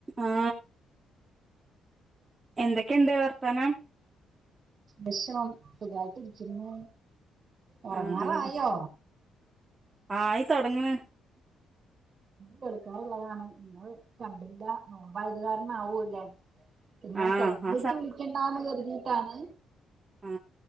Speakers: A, on the right; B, on the right.
A: ആ എന്തൊക്കെയുണ്ട് വർത്താനം.
B: <inaudible> സുഖായിട്ട് ഇരിക്കുന്നു. ഉറങ്ങാറായോ?
A: ആഹ് ആയി തുടങ്ങണ്.
B: കേൾക്കാറുള്ളതാണ്. നിങ്ങൾ കണ്ടില്ല നോയ്മ്പായത് കാരണം ആവൂല്ലേ. എന്നാ
A: ആഹ്
B: കിടന്നിട്ട്
A: ആ
B: വിളിക്കേണ്ടാന്ന് കരുതിട്ടാണ്.
A: ആ